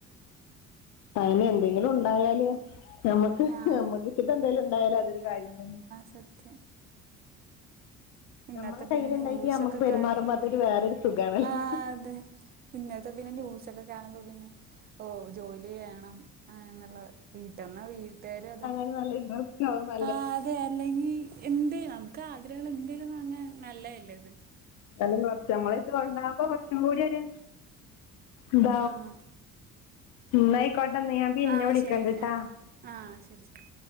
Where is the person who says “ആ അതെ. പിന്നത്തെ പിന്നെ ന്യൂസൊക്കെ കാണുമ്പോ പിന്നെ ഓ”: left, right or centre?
Right